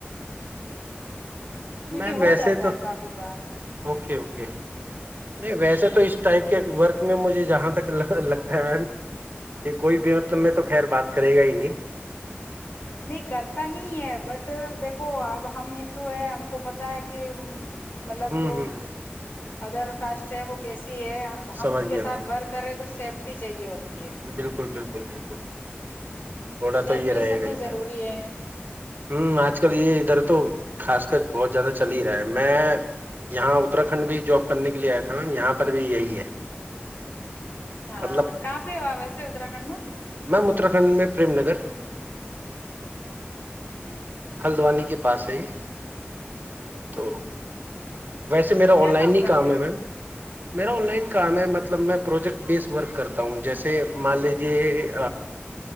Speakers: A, on the right; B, on the left.
A: ہ
B: کیونکہ
A: <inaudible> میم
B: ہو
A: ویسے
B: جاتا
A: تو
B: ہے کافی بار
A: اوکے اوکے نہیں ویسے
B: ہاں
A: تو اس ٹائپ کے ورک <unintelligible> مجھے جہاں تک لگتا ہے میم کہ کوئی بھی مطلب میں تو خیر بات کرے گا ہی نہیں <unintelligible>
B: نہیں کرتا نہیں ہے اب بٹ دیکھو اب ہم ہندو ہے ہم کو پتا ہے کہ مطلب
A: ہوں
B: جو
A: ہوں <unintelligible>
B: ادر کاسٹ ہے وہ کسے س ہے ا ہم
A: سمجھ
B: ان
A: گیا
B: کے ساتھ
A: میم
B: ورک کریں تو سیف <unintelligible> ٹی چاہے <unintelligible>
A: بالکل بالکل <unintelligible> بالکل دفر <unintelligible> تھوڑا
B: سیفٹی
A: تو یہ رہے
B: سب
A: گا
B: سے
A: ہی
B: ضروری
A: نا
B: ہے
A: آج کل یہ ادھر تو <unintelligible> ںخاص کر بہت زیادہ چل ہی رہا ہے میں یہا تر کھنڈ بھی جاب کرنے کے لیے آیا تھا مم یہاں پر بھی یہی ہے
B: بہاں
A: مطلب
B: ک <unintelligible> اس اتر کنڈ میں <unintelligible>
A: میم اتراکھنڈ میں پریم نگر <unintelligible>
B: اچھا <unintelligible>
A: ہلدوانی کے پاس ہے ہی تو <unintelligible> ویسے میرا
B: کیا
A: آن لائن ہی
B: کرتے
A: کام
B: ہو
A: ہے میم میرا آن لائن کام ہے مطلب میں پروجیکٹ بیس ورک کرتا ہوں جیسے مان لیجیے <unintelligible>